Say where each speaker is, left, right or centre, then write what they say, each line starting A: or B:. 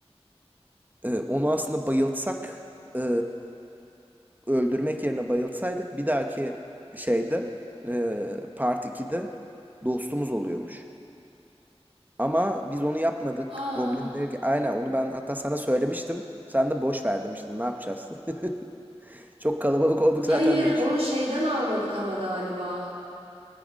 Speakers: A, on the right (about 15°); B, on the right (about 70°).
A: E, onu aslında bayıltsak, e, öldürmek yerine bayıltsaydık bir dahaki şeyde, e, Part 2'de dostumuz oluyormuş. Ama biz onu yapmadık.
B: Aa,
A: Goblinler. aynen onu ben hatta sana söylemiştim. Sen de boş ver demiştin. Ne yapacağız? <laughs> Çok kalabalık olduk
B: hayır
A: zaten demiştin.
B: onu şeyden almadık ama galiba.